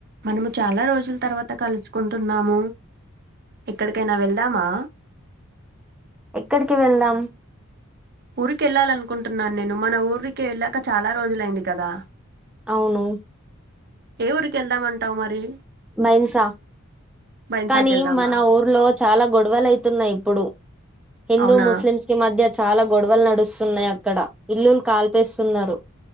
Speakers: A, on the right; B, in the centre.
A: మనము చాలా రోజుల తర్వాత కలుసుకుంటున్నాము ఎక్కడికైనా వెళ్దామా
B: ఎక్కడికి వెళ్దాం
A: ఊరిక వెళ్ళాలనుకుంటున్నాను నేను మన ఊరికి వెళ్ళాక చాలా రోజులైంది కదా
B: అవును
A: ఏ ఊరికి వెళ్దామంటావు మరి
B: బైన్సా
A: బైన్సాకి
B: కానీ
A: వెళ్దామా
B: మన ఊర్లో చాలా గొడవలు అయితున్నాయి ఇప్పుడు హిందూ
A: అవునా
B: ముస్లిం కి మధ్య చాలా గొడవలు నడుస్తున్నాయి అక్కడ ఇల్లులు కాల్పేస్తున్నారు